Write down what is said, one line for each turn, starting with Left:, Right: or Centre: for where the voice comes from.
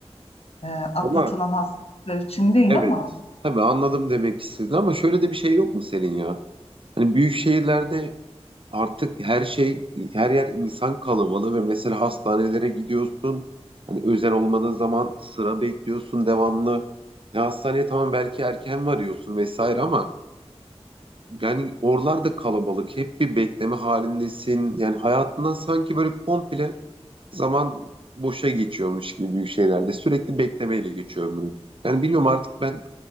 Left: e, atlatılan
Right: Ama
Left: hastalıklar için değil
Right: evet
Left: ama
Right: tabii anladım demek istedin ama şöyle de bir şey yok mu senin ya? Hani büyük şehirlerde Artık her şey, her yer insan kalabalığı ve mesela hastanelere gidiyorsun. Hani özel olmadığı zaman sıra bekliyorsun devamlı. Ya hastaneye tamam belki erken varıyorsun vesaire ama yani oralarda kalabalık. Hep bir bekleme halindesin. Yani hayatından sanki böyle komple zaman boşa geçiyormuş gibi büyük şeylerde. Sürekli beklemeyle geçiyor ömrün. Yani bilmiyorum artık ben